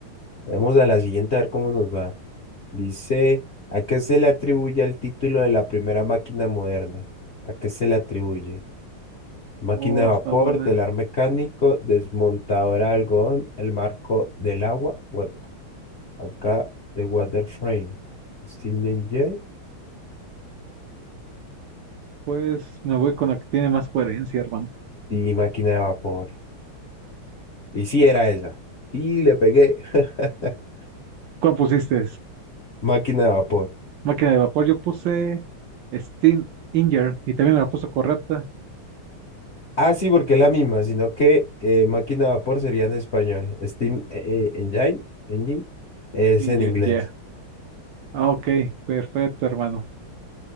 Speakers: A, on the left; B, on the right.
A: Vamos a la siguiente a ver cómo nos va. Dice, ¿a qué se le atribuye el título de la primera máquina moderna? ¿A qué se le atribuye? Máquina
B: Oh,
A: de vapor,
B: está buena.
A: telar mecánico, desmontadora de algodón, el marco del agua. Bueno, acá de Water Frame. Steam Engine
B: Pues me voy con la que tiene más coherencia, hermano.
A: y máquina de vapor. Y sí
B: Es-
A: era esa. Y le pegué. <laughs>
B: ¿Cuál pusiste?
A: Máquina de vapor.
B: Máquina de vapor. Yo puse Steam Inger y también me la puso correcta.
A: Ah, sí, porque es la misma, sino que eh, máquina de vapor sería en español. Steam eh, eh, Engine, Engine es
B: Inger,
A: en inglés.
B: yeah. Ah, ok, perfecto, hermano.